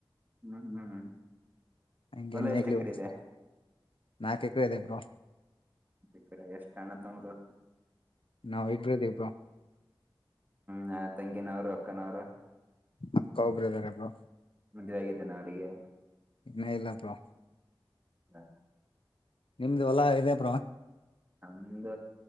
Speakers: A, on the right (about 20°); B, on the left (about 80°).
A: ಹ್ಮ್ ಹ್ಮ್ ಹ್ಮ್
B: ಹಂಗೆ
A: ಹೊಲ
B: ನೇಗ್ಲಿ
A: ಎಷ್ಟ್ ಎಕರೆ
B: ಒಸ
A: ಇದೆ
B: <unintelligible> ನಾಕ್ ವೆದೆ ಬ್ರೋ
A: ಬಿಕ್ಕಡೆ ಎಷ್ಟ ಅಣ್ಣ ತಮ್ರು.
B: ನಾವ್ ಇಬ್ರು ಇದಿವ್ ಬ್ರೊ.
A: ಹ ತಂಗಿನವ್ರು ಅಕ್ಕನವ್ರು
B: ಅಕ್ಕ ಒಬ್ರೇ ಇದರೆ ಬ್ರೊ.
A: ಮದ್ವೆ ಅಗಿದೆನ ಅವ್ರಿಗೆ
B: ಇನ ಇಲ್ಲ ಬ್ರೋ.
A: ಹ
B: ನಿಮ್ದು ಹೊಲ ಇದೆ ಬ್ರೋ
A: ನಮ್ದ